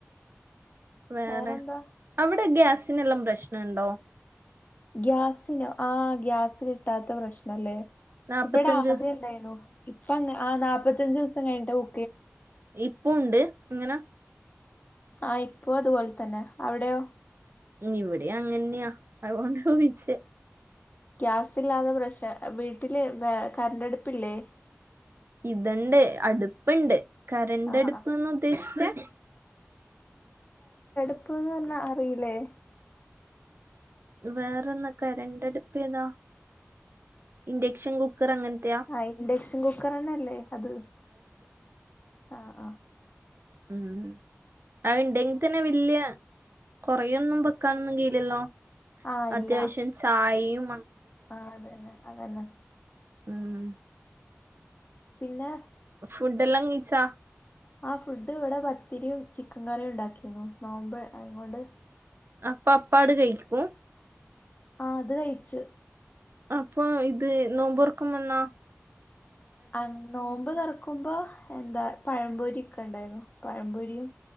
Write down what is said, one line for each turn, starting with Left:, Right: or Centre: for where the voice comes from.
Right: വേറെ
Left: വേറെന്താ
Right: അവിടെ ഗ്യാസി നുള്ള പ്രശ്നുണ്ടോ
Left: ഗ്യാസിനോ ആഹ് ഗ്യാസ് കിട്ടാത്ത പ്രശ്നല്ലേ
Right: നാപ്പത്തഞ്ച്
Left: ഇപ്പവിടെ ആദ്യംഇണ്ടായിരുന്നു
Right: സ്
Left: ഇപ്പ അങ്ങ് ആഹ് നാപ്പത്തഞ്ച് ദിവസം കഴിഞ്ഞിട്ട് ബു
Right: ഇപ്പൊ ഉണ്ട് ഇങ്ങന
Left: ആഹ് ഇപ്പൊ അതുപോലെ തന്നെ അവിടെയോ
Right: ഇവിടെ അങ്ങന്യാ അതുകൊണ്ടാ ചോയ്ച്ചേ
Left: ഗ്യാസ് ഇല്ലാതെ പ്രശ വീട്ടില് വേ കരണ്ടടുപ്പില്ലേ
Right: ഇതണ്ട് അടുപ്പ്ണ്ട് കരണ്ടടുപ്പ്ന്ന്
Left: ആഹ് ആഹ്
Right: ഉദ്ദേശിച്ചേ
Left: പ്പൊ പറ്ഞ്ഞാ അറിയില്ലേ
Right: വേറെന്നാ കരണ്ടടുപ്പേതാ ഇൻഡക്ഷൻ കുക്കറ് അങ്ങനത്തെയാ
Left: ആ ഇൻഡക്ഷൻ കുക്കറന്നല്ലേ അത് ആഹ് ആഹ്
Right: ഉം അത്ണ്ട്ങ്കി തന്നെ വല്ല്യാ കൊറേയൊന്നും വെക്കാനൊന്നും കയില്ലല്ലോ
Left: ആഹ്
Right: അത്യാവശ്യം
Left: ഇല്ല
Right: ചാഴയും
Left: ആഹ് അതന്നെ അതന്നെ
Right: ഉം
Left: പിന്നെ
Right: ഫുഡ് എല്ലാം കഴിച്ചോ
Left: ആ ഫുഡ് ഇവിടെ പത്തിരിയും ചിക്കൻ കറിയും ഉണ്ടാക്കിനു നോമ്പ് ആയങ്കോണ്ട്
Right: അപ്പ അപ്പാട് കഴിക്കും
Left: ആഹ് അത് കഴിച്ച്
Right: അപ്പൊ ഇത് നോമ്പൊറക്കുമ്പേന്നാ
Left: ആ നോമ്പ് തൊറ ക്കുമ്പോ എന്താ പഴംപൊരി ഒക്കെ ഉണ്ടായിരുന്നു പഴംപൊരിയും